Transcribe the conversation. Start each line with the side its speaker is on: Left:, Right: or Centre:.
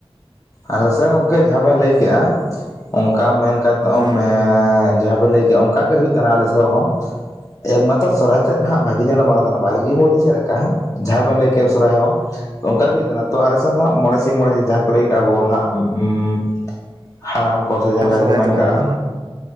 Left: ᱟᱞᱮ ᱥᱮᱜ ᱜᱚᱝᱠᱮ ᱡᱟᱦᱟᱸ ᱵᱮᱱ ᱞᱟᱹᱭ ᱠᱮᱜᱼᱟ, ᱚᱝᱠᱟ ᱢᱮᱱ ᱠᱟᱛᱮ <inaudible>
Right: ᱦᱮᱸ
Left: ᱡᱟᱦᱟᱸ ᱵᱮᱱ ᱞᱟᱹᱭ ᱠᱮᱜᱼᱟ ᱚᱝᱠᱟ ᱜᱮ ᱦᱩᱭᱩᱜ ᱛᱟᱦᱮᱸᱱᱟ ᱟᱞᱮ ᱥᱮᱫ ᱦᱚᱸ, ᱮᱠ ᱢᱟᱛᱚ ᱥᱚᱨᱦᱟᱭ ᱛᱮᱫ ᱦᱟᱸᱜ ᱵᱷᱟᱹᱜᱤ <inaudible> ᱛᱟᱦᱮᱸᱱᱟ ᱵᱷᱟᱹᱜᱤ ᱵᱚᱞᱛᱮ ᱪᱮᱫ ᱞᱮᱠᱟ ᱦᱟᱸᱜ, ᱡᱟᱦᱟᱸ ᱵᱮᱱ ᱞᱟᱹᱭ ᱠᱮ ᱥᱚᱨᱦᱟᱭ ᱦᱚᱸ ᱚᱱᱠᱟ ᱜᱮ ᱦᱩᱭᱩᱜ ᱠᱟᱱᱟ ᱛᱚ ᱟᱞᱮ ᱥᱮᱱ ᱫᱚ ᱢᱚᱬᱮ ᱥᱤᱧ ᱢᱚᱬᱮ ᱡᱟᱦᱟᱸ ᱠᱚ ᱞᱟᱹᱭ ᱟᱵᱚ ᱦᱟᱸᱜ ᱦᱟᱲᱟᱢ ᱠᱚ ᱥᱮ ᱡᱟᱦᱟᱸ
Right: ᱦᱮᱸ
Left: ᱞᱮᱠᱟ
Right: ᱥᱚᱨᱦᱟᱭ
Left: ᱠᱚ ᱢᱮᱱ
Right: ᱛᱮᱵᱚᱱ
Left: ᱟᱠᱟᱜᱼᱟ
Right: ᱢᱟᱱᱟᱣᱟ